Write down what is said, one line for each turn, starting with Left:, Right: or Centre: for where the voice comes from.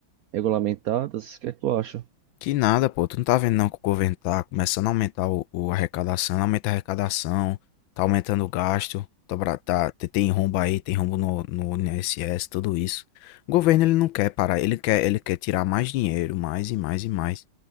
Right: regulamentadas? O que é que tu acha?
Left: Que nada, pô. Tu não tá vendo não que o governo tá começando a aumentar o, o arrecadação, aumenta a arrecadação, tá aumentando o gasto, tá, bra- tá- te- tem rombo aí, tem rombo no, no INSS, tudo isso. O governo ele não quer parar, ele quer, ele quer tirar mais dinheiro, mais e mais e mais.